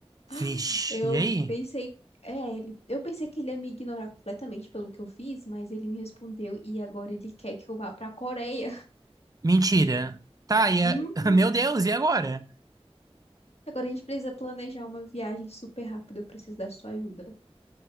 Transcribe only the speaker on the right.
Vixe,
e aí?
Mentira. Tá, e
a... <laughs> Meu Deus, e agora?